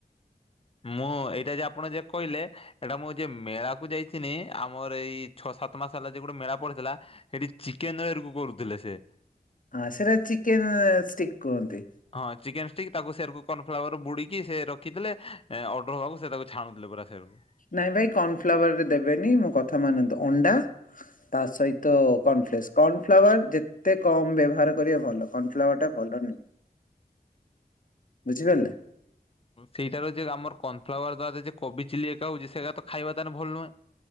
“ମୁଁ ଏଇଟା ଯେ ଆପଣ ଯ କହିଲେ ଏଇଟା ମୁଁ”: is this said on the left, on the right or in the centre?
Left